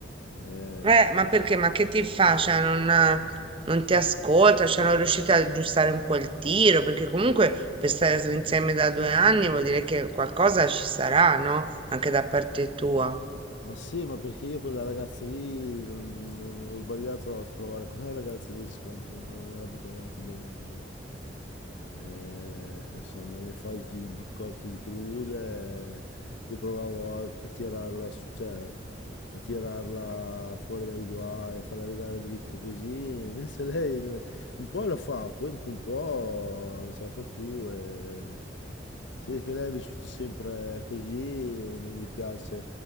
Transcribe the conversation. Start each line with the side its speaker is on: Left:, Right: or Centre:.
Left: Eh,
Right: Eh, ma perché? Ma che ti fa? Cioè, non, non ti ascolta, cioè, non riuscite ad aggiustare un po' il tiro, perché comunque per stare insieme da due anni vuol dire che qualcosa ci sarà, no? Anche da parte tua.
Left: ma sì, ma perché io quella ragazza lì non, non- ho sbagliato a trovare quella ragazza lì, secondo me non va mica tanto bene per me. Eh, insomma, le fasi di, di cotte e di crude, eh, io provavo a, a tirarla su, cioè, a tirarla fuori dai guai, a farla rigare dritto così, invece lei eh, un po' la fa, poi dopo un po' non ce la fa più e Si vede che lei ha vissuto sempre così e non gli piace,